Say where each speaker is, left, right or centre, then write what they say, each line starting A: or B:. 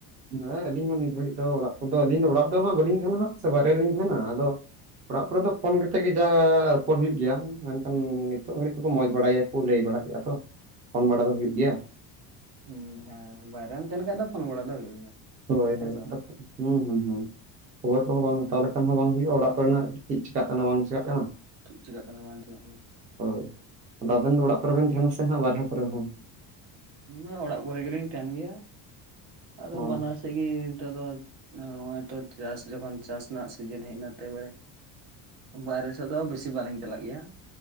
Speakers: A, on the right (about 20°); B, on the right (about 75°).
A: ᱦᱮᱸ ᱟᱹᱞᱤᱧ ᱦᱚᱸ ᱱᱤᱛ ᱜᱷᱟᱹᱲᱤᱡ ᱫᱚ ᱚᱲᱟᱜ ᱠᱚᱫᱚ ᱟᱹᱞᱤᱧ ᱫᱚ ᱚᱲᱟᱜ ᱫᱚ ᱦᱟᱜ ᱵᱟᱹᱞᱤᱧ ᱛᱟᱦᱮᱱᱟ ᱦᱟᱜ ᱥᱮ ᱵᱟᱨᱮ ᱨᱮᱞᱤᱧ ᱛᱟᱦᱮᱱᱟ ᱟᱫᱚ, ᱚᱲᱟᱜ ᱠᱚᱨᱮ ᱫᱚ ᱯᱷᱳᱱ ᱠᱟᱛᱮᱜ ᱜᱮ ᱡᱟᱻᱦᱟᱸ ᱨᱚᱯᱚᱨ ᱦᱩᱭᱩᱜ ᱜᱮᱭᱟ, ᱢᱮᱱᱠᱷᱟᱱ ᱱᱤᱛᱚᱜ ᱜᱷᱟᱹᱲᱤᱡ ᱛᱮᱠᱚ ᱢᱚᱸᱡᱽ ᱵᱟᱲᱟᱜᱮᱭᱟᱠᱚ ᱞᱟᱹᱭ ᱵᱟᱲᱟ ᱠᱮᱫ-ᱟ ᱛᱚ ᱯᱷᱳᱱ ᱵᱟᱲᱟ ᱫᱚ ᱦᱩᱭᱩᱜ ᱜᱮᱭᱟ᱾
B: ᱦᱩᱸ ᱦᱮᱸ ᱵᱟᱭᱨᱮᱢ ᱛᱟᱦᱮᱱ ᱠᱷᱟᱡ ᱫᱚ ᱯᱷᱳᱱ ᱵᱟᱲᱟ ᱫᱚ ᱦᱩᱭᱩᱜ ᱜᱮᱭᱟ᱾
A: ᱦᱳᱭ
B: ᱦᱮᱸ
A: ᱦᱳᱭ
B: ᱥᱮ ᱵᱟᱝ
A: ᱦᱩᱸᱦᱩᱸ ᱦᱩᱸ ᱠᱷᱚᱵᱚᱨ ᱠᱚᱦᱚᱸ ᱵᱟᱝ ᱦᱟᱛᱟᱣ ᱞᱮᱠᱷᱟᱱ ᱦᱚᱸ ᱵᱟᱝ ᱦᱩᱭᱩᱜᱼᱟ ᱚᱲᱟᱜ ᱠᱚ ᱨᱮᱱᱟᱜ ᱪᱮᱜ ᱪᱤᱠᱟᱜ ᱠᱟᱱᱟ ᱵᱟᱝ ᱪᱮᱠᱟᱜ ᱠᱟᱱᱟ᱾
B: ᱪᱮᱫ ᱪᱤᱠᱟᱹᱜ ᱠᱟᱱᱟ ᱵᱟᱝ ᱪᱤᱠᱟᱹᱜ
A: ᱦᱳᱭ ᱾ ᱟᱫᱚ ᱟᱵᱮᱱ ᱫᱚ ᱚᱲᱟᱜ ᱠᱚᱨᱮ ᱵᱮᱱ ᱛᱟᱦᱮᱱᱟ ᱥᱮ ᱦᱟᱸᱜ ᱵᱟᱨᱦᱨᱮ ᱠᱚᱨᱮ ᱦᱚᱸ?
B: ᱦᱮᱸ ᱚᱲᱟᱜ ᱠᱚᱨᱮ ᱜᱮᱞᱤᱧ ᱛᱟᱦᱮᱱ ᱜᱮᱭᱟ᱾ ᱟᱫᱚ
A: ᱚ
B: ᱵᱟᱱᱟᱨ ᱥᱮᱫ ᱜᱮ ᱱᱤᱛᱚᱜ ᱫᱚ᱾ ᱱᱚᱜᱼᱚᱭ ᱛᱚ ᱪᱟᱥ ᱡᱚᱠᱷᱚᱱ ᱪᱟᱥ ᱨᱮᱱᱟᱜ ᱥᱤᱡᱤᱱ ᱦᱮᱡ ᱮᱱᱟ ᱛᱮ ᱵᱟᱲᱮ ᱵᱟᱭᱨᱮ ᱥᱮᱫ ᱫᱚ ᱵᱮᱥᱤ ᱵᱟᱞᱤᱧ ᱪᱟᱞᱟᱜ ᱜᱮᱭᱟ ᱾